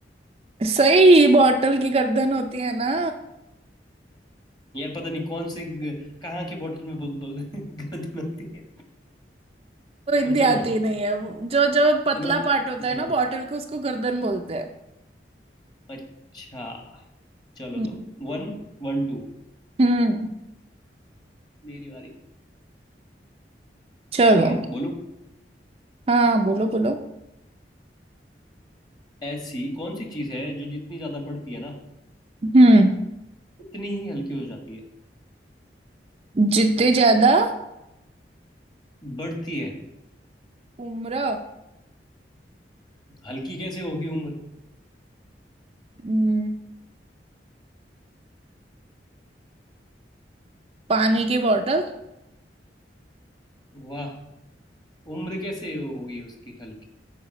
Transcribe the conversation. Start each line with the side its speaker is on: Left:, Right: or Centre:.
Right: सही बॉटल की गर्दन होती है ना
Left: यार पता नहीं कौन से ग- कहाँ के बोतल में ब- ब- <laughs> गर्दन होती है
Right: तो हिंदी
Left: पर चलो
Right: आती नहीं है वो- जो जो पतला
Left: मैं
Right: पार्ट होता
Left: मैं
Right: है ना
Left: जीत
Right: बॉटल
Left: गया।
Right: को उसको गर्दन बोलते हैं
Left: अच्छा चलो
Right: हम्म
Left: तो वन वन टू
Right: हम्म
Left: मेरी बारी
Right: चलो
Left: ठीक है बोलो
Right: हाँ बोलो बोलो
Left: ऐसी कौन सी चीज है जो जितनी ज्यादा बढ़ती है ना
Right: हम्म
Left: उतनी ही हल्की हो जाती है
Right: जितने ज्यादा
Left: बढ़ती है
Right: उम्र
Left: हल्की कैसे होगी उम्र
Right: हम्म, पानी की बॉटल
Left: वाह उम्र कैसे होगी उसकी हल्की